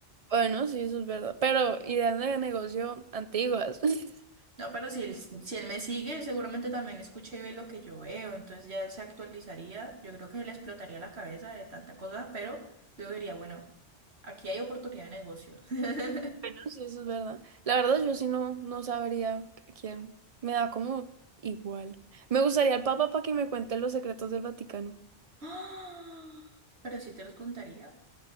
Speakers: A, on the right (about 40°); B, on the right (about 60°).
A: Bueno, sí, eso es verdad. Pero ideas de negocio antiguas. <laughs>
B: No, pero si él, si él me sigue, él seguramente también escucha y ve lo que yo veo, entonces ya él se actualizaría, yo creo que se le explotaría la cabeza de tanta cosa, pero yo diría, bueno, aquí hay oportunidad de negocio. <gasps> <laughs>
A: Bueno, sí, eso es verdad. La verdad, yo sí no, no sabría qu- quién. Me da como igual. Me gustaría el Papa para que me cuente los secretos del Vaticano.
B: ¡Ah! Pero si te los contaría.